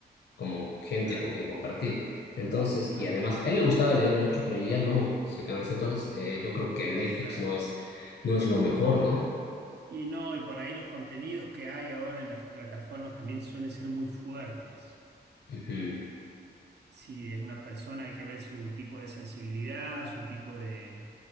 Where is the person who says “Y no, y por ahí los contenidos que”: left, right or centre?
Right